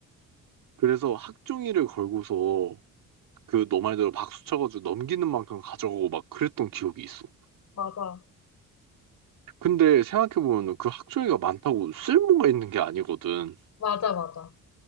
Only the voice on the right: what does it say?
그래서 학종이를 걸고서 그 너 말대로 박수 쳐가지고 넘기는 만큼 가져가고 막 그랬던 기억이 있어.
근데 생각해보면 그 학종이가 많다고 쓸모가 있는 게 아니거든.